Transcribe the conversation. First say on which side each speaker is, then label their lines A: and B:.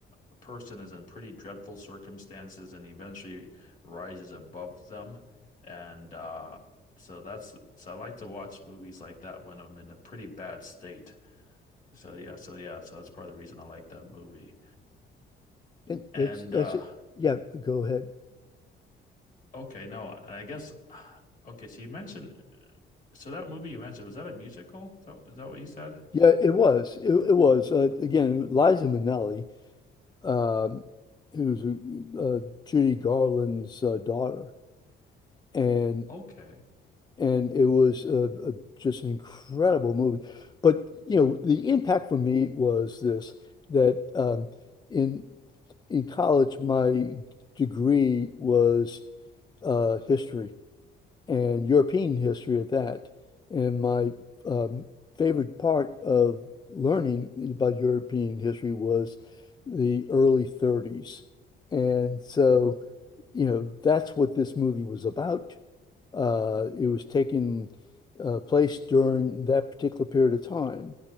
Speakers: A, on the left; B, on the left.
A: a person is in pretty dreadful circumstances and eventually rises above them. And uh, so that's so I like to watch movies like that when I'm in a pretty bad state. So yeah, so yeah, so that's part of the reason I like that movie.
B: It,
A: And
B: that's that's
A: uh,
B: it. Yeah, go ahead.
A: okay, no, and I guess <sighs> okay, so you mentioned so that movie you mentioned, was that a musical? Is that, is that what you said?
B: Yeah, it was. It, it was. Uh, again, Liza Minnelli, um, who's uh, Judy Garland's uh, daughter, and
A: Okay.
B: and it was a, a, just an incredible movie. But you know, the impact for me was this that um, in in college, my degree was uh, history and European history at that, and my um, favorite part of learning about European history was the early 30s, and so. You know, that's what this movie was about uh, it was taking uh, place during that particular period of time.